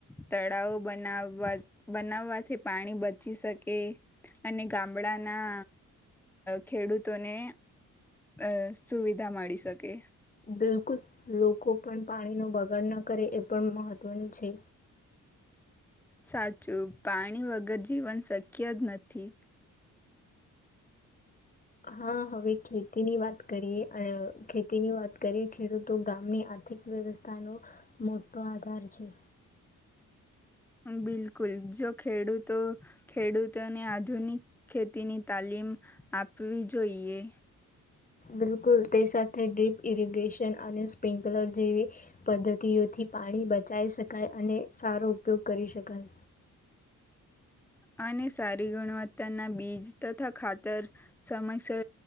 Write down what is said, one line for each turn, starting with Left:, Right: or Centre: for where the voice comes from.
Centre: તળાવો બનાવવા બનાવવાથી પાણી બચી શકે અને ગામડાના ખેડૂતોને અ સુવિધા મળી શકે.
Left: બિલકુલ લોકો પણ પાણીનો બગાડ ન કરે એ પણ મહત્વનું છે.
Centre: સાચું પાણી વગર જીવન શક્ય જ નથી.
Left: હા હવે ખેતીની વાત કરીએ, ખેતીની વાત કરીએ ખેડૂતો ગામની આર્થિક વ્યવસ્થાનો મોટો આધાર છે.
Centre: બિલકુલ જો ખેડૂતો ખેડૂતોને આધુનિક ખેતીની તાલીમ આપવી જોઈએ.
Left: બિલકુલ તે સાથે ડીપ ઇરીગેશન અને સ્પ્રિકલર જેવી પદ્ધતિઓથી પાણી બચાઈ શકાય અને સારો ઉપયોગ કરી શકાય.
Centre: અને સારી ગુણવત્તાના બીજ તથા ખાતર સમક્ષ